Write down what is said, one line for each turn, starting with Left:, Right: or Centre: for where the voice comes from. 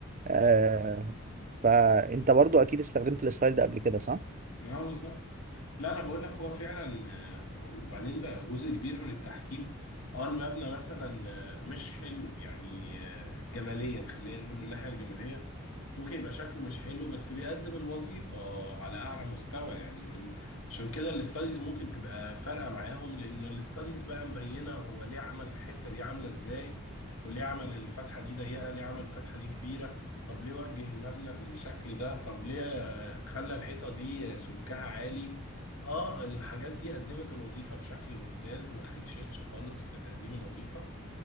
Right: آه، فانت برضو اكيد استخدمت الستايل ده قبل كده صح؟
Left: اه بالظبط لا انا بقول لك هو فعلا آه، وبعدين بقى جزء كبير من التحكيم اه المبنى مثلا آه، مش حلو يعني آه، جماليا خلينا نقول من الناحيه الجماليه ممكن يبقى شكله مش حلو بس بيقدم الوظيفه على اعلى مستوى يعني من عشان كده الاستاديز ممكن تبقى فارقه معاهم لان الاستاديز بقى مبينه هو ليه عمل الحته دي عامله ازاي وليه عمل الفتحه دي ضيقه ليه عمل الفتحه دي كبيره طب ليه وجه المبنى بالشكل ده طب ليه خلى الحيطة دي سمكها عالي اه الحاجات دي قدمت الوظيفة بشكل ممتاز ما خيشتش خالص في تقديم الوظيفة